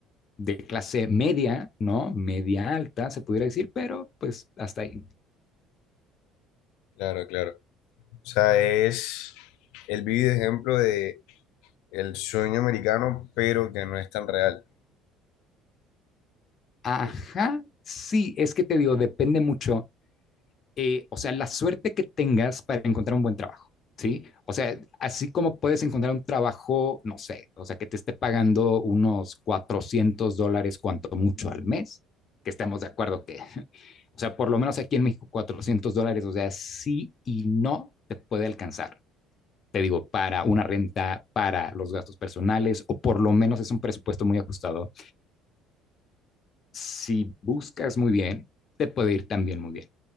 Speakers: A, on the left; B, on the left.
A: de clase media, ¿no? Media alta, se pudiera decir, pero pues hasta ahí.
B: Claro, claro. O sea, es, él vive de ejemplo de El sueño americano, pero que no es tan real.
A: Ajá, sí, es que te digo, depende mucho, eh, o sea, la suerte que tengas para encontrar un buen trabajo, ¿sí? O sea, así como puedes encontrar un trabajo, no sé, o sea, que te esté pagando unos 400 dólares cuanto mucho al mes, que estemos de acuerdo que, <laughs> o sea, por lo menos aquí en México 400 dólares, o sea, sí y no te puede alcanzar. te digo, para una renta, para los gastos personales, o por lo menos es un presupuesto muy ajustado. Si buscas muy bien, te puede ir también muy bien,